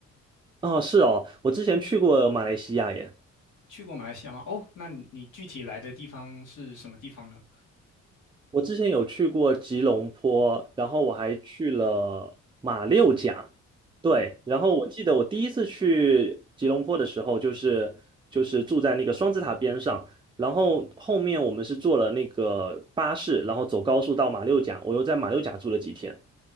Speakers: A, on the right (about 15°); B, on the left (about 80°).
A: 哦，是哦，我之前去过马来西亚耶。
B: 去过马来西亚吗？哦，那你具体来的地方是什么地方呢？
A: 我之前有去过吉隆坡，然后我还去了马六甲，对，
B: 嗯
A: 然后我记得我第一次去吉隆坡的时候，就是就是住在那个双子塔边上，然后后面我们是坐了那个巴士，然后走高速到马六甲，我又在马六甲住了几天。